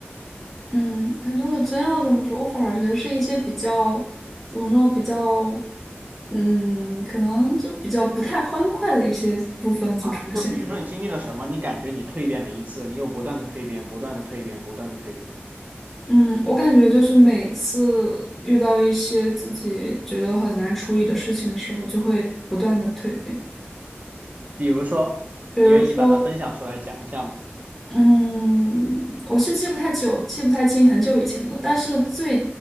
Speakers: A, in the centre; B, on the right (about 40°).
A: 嗯，反正我真要这么说，我反而觉得是一些比较怎么说呢，比较嗯，可能就比较不太欢快的一些部分组成的现在的我。
B: 啊，就比如说你经历了什么，你感觉你蜕变了一次，你又不断的蜕变，不断的蜕变，不断的蜕变。
A: 嗯，我感觉就是每次遇到一些自己觉得很难处理的事情的时候，就会不断的蜕变。
B: 比如说，
A: 比如说，
B: 你愿意把它分享出来讲一下吗？
A: 嗯，我是记不太久，记不太清很久以前的，但是最